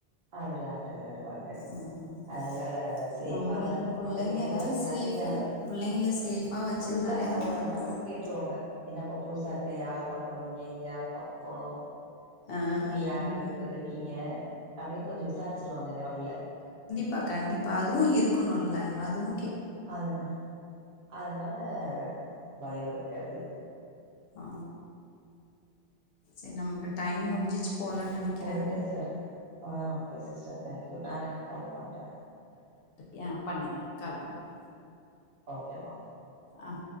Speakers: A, on the right; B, on the left.
A: அதுல அட்டன்டர் வந்து
B: ம்
A: அதனால சேஃபா
B: நம்மளுக்கு
A: தா இருக்கு
B: பிள்ளைங்க
A: பக்கத்தலயு கொஞ்சோ
B: தான் சேஃபு
A: டக்குனு யாரா
B: பிள்ளைங்கள சேஃபாக வச்சுருந்தாலே
A: புதுசா யாராவது
B: நமக்கு
A: வந்துட்டாங்னா
B: போதும்
A: கேட்ருவாங்க என்னப்ப புதுசா இருக்க யார பாக்க வந்திங் ங்க யார பாக்க போனோ
B: ஆ
A: இது யார வீட்டுக்கு வந்துருக்கீங்க அப்டின் கொஞ்சோ விசாரிச்சிருவாங்க இங்ஙனக்குள்ள
B: ப்ப கண்டிப்பா அதுவு இருக்கணுல்ல அதுவு
A: அவ்ளதா அதனால பயோ இருக்காது
B: ஆ சரி நமக்கு டைம் முடிஞ்சிச்சு போலன்னு நினைக்கிறேன்
A: ஓகே சரி ஆ ஓகே சிஸ்டர் தேங்க்யூ நான் எனக்கு கால் பண்றேன்
B: யா பண்ணுங்க கால் பண்ணுங்க
A: ஓகேமா ஓகே
B: ஆஹ